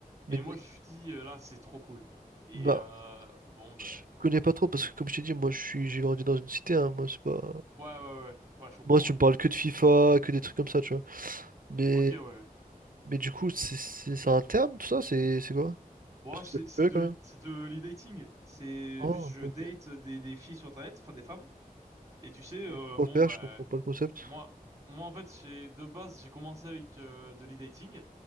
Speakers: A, on the right; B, on the right.
A: Mais
B: Et moi, je me suis dit, euh, là, c'est trop cool. Et
A: Bah,
B: euh, bon, bah,
A: je connais
B: bah,
A: pas trop
B: comme
A: parce
B: ça.
A: que
B: bon.
A: comme je t'ai dit, moi je suis j'ai grandi dans une cité, hein, moi c'est pas.
B: Ouais, ouais, ouais. Ouais, je comprends,
A: Moi tu
B: ouais.
A: me parles que de FIFA, que des trucs comme ça, tu vois. Mais
B: Ok, ouais. ouais.
A: mais du coup, c'est c'est- c'est un terme tout ça, c'est c'est quoi?
B: Bon,
A: Parce
B: ouais, c'est
A: que ça
B: c'est
A: peut
B: de,
A: quand même.
B: c'est de l'e-dating. C'est
A: Ah,
B: juste, je
A: ok.
B: date des, des filles sur Internet, enfin des femmes. Et tu sais, euh,
A: Pourquoi
B: bon,
A: faire?
B: bah,
A: Je comprends pas le concept.
B: Moi, moi en fait, j'ai de base, j'ai commencé avec euh, de l'e-dating.